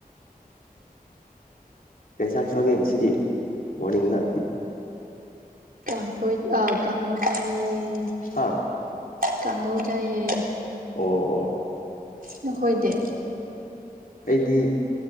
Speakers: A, on the left; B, on the right.
A: ꯀꯩꯟꯁꯥꯡ ꯆꯥꯡꯌꯦꯡꯁꯤꯗꯤ ꯃꯣꯔꯅꯤꯡꯅ
B: ꯀꯥꯡꯁꯣꯏ ꯑ ꯀꯥꯡꯧ ꯆꯥꯏꯌꯦ
A: ꯍꯥ
B: ꯀꯥꯡꯒꯧ ꯆꯥꯏꯌꯦ
A: ꯑꯣ ꯑꯣ
B: ꯅꯈꯣꯏꯗꯤ
A: ꯑꯩꯗꯤ